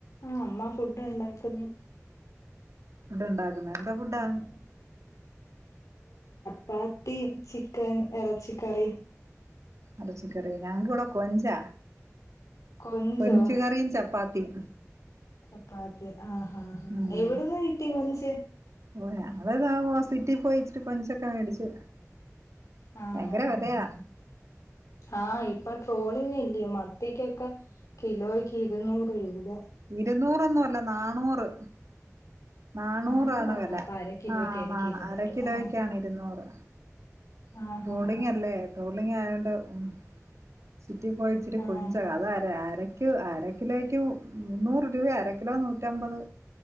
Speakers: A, on the left; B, on the right.
A: ആ അമ്മ ഫുഡ്ഡ് ഉണ്ടാക്കുന്നു
B: ഇട്ണ്ടാക്ക <unintelligible> എന്തോ ഫുഡ്ഡാ
A: ഉം പ്പാത്തി ചിക്കൻ എറച്ചിക്കറി
B: എരച്ചിക്കറി ഞങ്ങക്ക് ഇവിട കൊഞ്ചാ
A: കൊഞ്ചോ
B: കൊഞ്ച് കറീം ചപ്പാത്തിയും
A: ചപ്പാത്തിയും ആ ഹാഹാ
B: ഉം
A: എവിട്ന്ന് കിട്ടി കൊഞ്ച്
B: ഓ ഞങ്ങള് ഹോസ്പിറ്റെല് പോയിച്ചിരി കൊഞ്ചൊക്ക മേടിച്ച്
A: ആണോ
B: ഭയങ്കര
A: ആ
B: വിലയാ
A: ആഹ് ഇപ്പ ട്രോളിങ് ഇല്ലയോ മത്തിക്കൊക്കെ കിലോയ് ഇരുന്നൂറ് രൂപ
B: ഇരുന്നൂറൊന്നും അല്ല നാണ്ണൂറ് നാണ്ണൂറാണ്
A: നാന്നൂറാന്നോ
B: വെല
A: അപ്പൊ അര കിലോയ്ക്കായിരിക്കും
B: ആ നാ
A: ഇരുന്നൂറ്
B: അര കിലോക്കാണ്
A: ആ
B: ഇരുന്നൂറ്
A: ആ
B: ട്രോളിങ് അല്ലേ ട്രോളിങ് ആ <unintelligible> സിറ്റി പോയിച്ചിട്ട്
A: ആ
B: കൊഞ്ച
A: ആ
B: അതാരാ ക്ക് അര കിലോക്ക് മുന്നൂറ് രൂപ അര കിലോ നൂറ്റമ്പത്